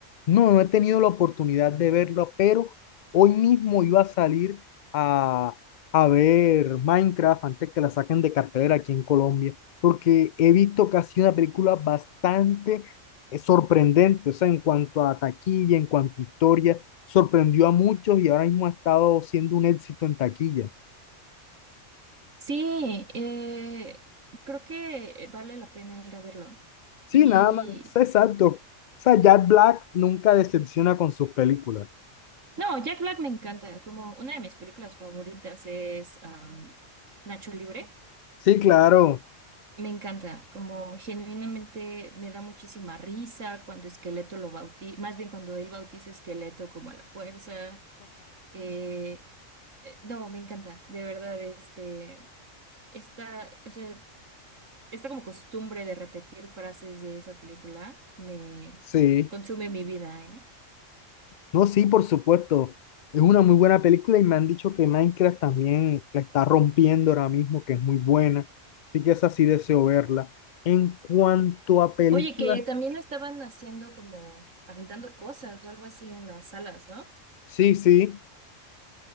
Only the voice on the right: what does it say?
Sí, eh, creo que vale la pena ir a verlo.
Y
No, Jack Black me encanta. Como una de mis películas favoritas es am, Nacho Libre.
Me encanta. Como genuinamente me da muchísima risa cuando Esqueleto lo bautiza, más bien cuando él bautiza a Esqueleto como a la fuerza. Eh, eh, no, me encanta. De verdad, este, esta, o sea, esta como costumbre de repetir frases de esa película me
consume mi vida, ¿eh?
Oye, que también estaban haciendo como aventando cosas o algo así en las salas, ¿no?